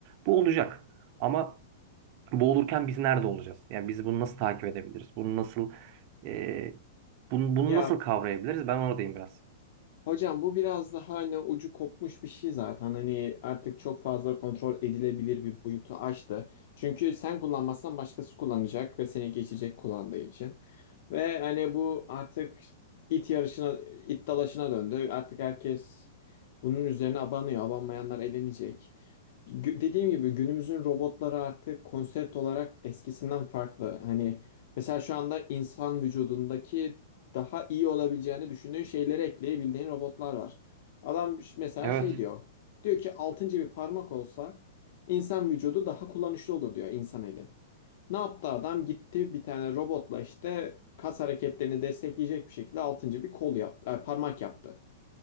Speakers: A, on the right (about 45°); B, on the left (about 60°).
A: Bu olacak. Ama Boğulurken biz nerede olacağız? Yani biz bunu nasıl takip edebiliriz? Bunu nasıl e, bunu, bunu
B: Ya
A: nasıl kavrayabiliriz? Ben oradayım biraz.
B: Hocam bu biraz daha hani ucu kopmuş bir şey zaten. Hani artık çok fazla kontrol edilebilir bir boyutu aştı. Çünkü sen kullanmazsan başkası kullanacak ve seni geçecek kullandığı için. Ve hani bu artık it yarışına, it dalaşına döndü. Artık herkes bunun üzerine abanıyor. Abanmayanlar elenecek. Gü- Dediğim gibi günümüzün robotları artık konsept olarak eskisinden farklı. Hani mesela şu anda insan vücudundaki daha iyi olabileceğini düşündüğün şeyleri ekleyebildiğin robotlar var. Adam ş- mesela
A: Evet.
B: şey diyor. Diyor ki altıncı bir parmak olsa insan vücudu daha kullanışlı olur diyor insan eli. Ne yaptı adam? Gitti bir tane robotla işte kas hareketlerini destekleyecek bir şekilde altıncı bir kol yaptı, e, parmak yaptı.